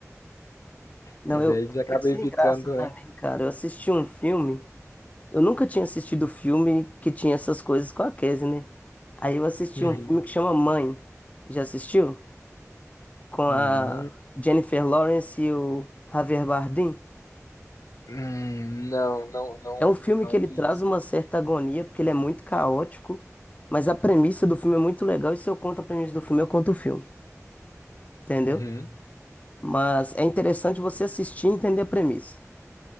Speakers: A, on the left (about 25°); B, on the left (about 75°).
A: Não,
B: É, daí
A: eu
B: já acaba
A: fico sem
B: evitando,
A: graça também,
B: né?
A: cara. Eu assisti um filme. Eu nunca tinha assistido filme que tinha essas coisas com a Casey, né? Aí eu assisti
B: Uhum.
A: um filme que chama Mãe. Já assistiu? Com
B: Mãe.
A: a Jennifer Lawrence e o Javier Bardem.
B: Hum, não, não, não,
A: É um filme
B: não
A: que ele
B: vi
A: traz
B: isso.
A: uma certa agonia, porque ele é muito caótico, mas a premissa do filme é muito legal, e se eu conto a premissa do filme, eu conto o filme, entendeu?
B: Uhum.
A: Mas é interessante você assistir e entender a premissa.